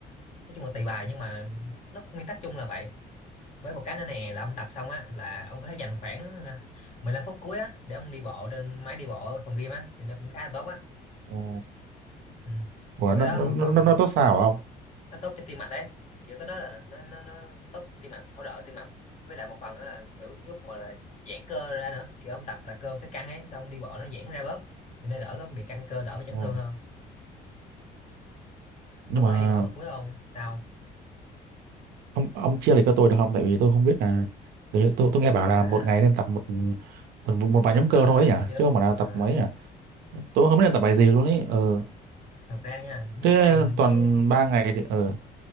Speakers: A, on the left; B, on the right.
A: nói chung là tùy bài nhưng mà nó có nguyên tắc chung là vậy với một cái nữa nè là ông tập xong á là ông có thể dành khoảng à, 15 phút cuối á để ông đi bộ trên máy đi bộ ở phòng gym á thì nó cũng khá là tốt á
B: Ồ,
A: ừ.
B: Ủa,
A: kiểu cái
B: nó
A: đó
B: nó
A: một
B: nó
A: phần
B: nó nó tốt sao hả ông?
A: nó tốt cho tim mạch đấy kiểu cái đó là nó nó, nó tốt tim mạch hỗ trợ tim mạch với lại một phần đó là kiểu giúp mà là giãn cơ ra nữa kiểu ông tập là cơ ông sẽ căng ấy xong đi bộ nó giãn ra bớt thì nó đỡ có bị căng cơ đỡ
B: ồ.
A: bị chấn thương hơn
B: Nhưng
A: ông
B: mà
A: có hay đi bộ lúc cuối không sao
B: ông ông chia lại cho tôi được không? Tại vì tôi không biết là đấy, tôi tôi nghe bảo là
A: à,
B: một ngày nên tập một một, một
A: một
B: vài
A: nhóm
B: nhóm
A: cơ
B: cơ thôi
A: này
B: ấy nhỉ,
A: kia đúng
B: chứ không
A: không
B: phải là
A: à,
B: tập mấy nhỉ. Tôi cũng không biết nên tập bài gì luôn ấy. Ờ,
A: thật ra nha nếu
B: thế
A: cái này
B: toàn
A: cái
B: ba ngày thì ờ